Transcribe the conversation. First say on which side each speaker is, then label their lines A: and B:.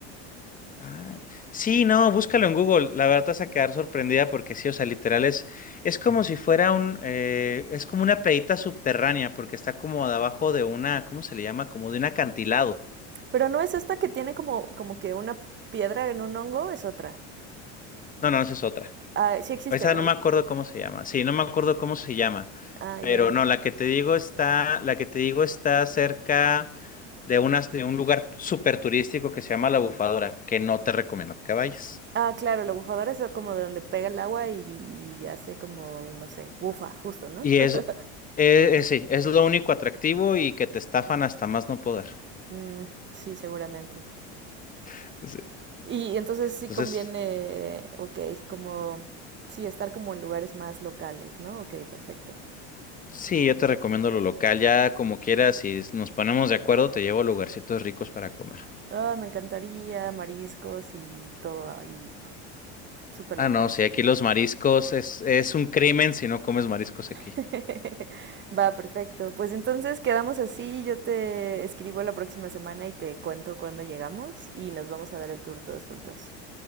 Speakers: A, on the left (about 25°); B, on the right (about 35°).
A: Ah, sí, no, búscalo en Google. La verdad te vas a quedar sorprendida porque sí, o sea, literal es, es como si fuera un, eh, es como una playita subterránea porque está como debajo de una, ¿cómo se le llama? Como de un acantilado.
B: Pero no es esta que tiene como, como que una piedra en un hongo, es otra.
A: No, no, esa es otra.
B: Ah, sí existe,
A: Esa
B: ¿no?
A: no me acuerdo cómo se llama. Sí, no me acuerdo cómo se llama.
B: Ah,
A: Pero
B: ya.
A: no, la que te digo está, la que te digo está cerca de unas, de un lugar súper turístico que se llama La Bufadora, que no te recomiendo que vayas.
B: Ah, claro, la bufadora es como de donde pega el agua y, y hace como, no sé, bufa, justo, ¿no?
A: Y
B: <laughs>
A: es, eh, eh, sí, es lo único atractivo y que te estafan hasta más no poder.
B: Mm, sí, seguramente.
A: <laughs> Sí.
B: Y entonces sí
A: Entonces,
B: conviene, ok, como, sí, estar como en lugares más locales, ¿no? Ok, perfecto.
A: sí, yo te recomiendo lo local, ya como quieras, si nos ponemos de acuerdo, te llevo a lugarcitos ricos para comer.
B: Ah, oh, me encantaría mariscos y todo ahí súper
A: Ah,
B: local.
A: no, sí, aquí los mariscos es, es un crimen si no comes mariscos aquí.
B: <laughs> Va, perfecto. Pues entonces quedamos así, yo te escribo la próxima semana y te cuento cuándo llegamos y nos vamos a dar el tour todos juntos.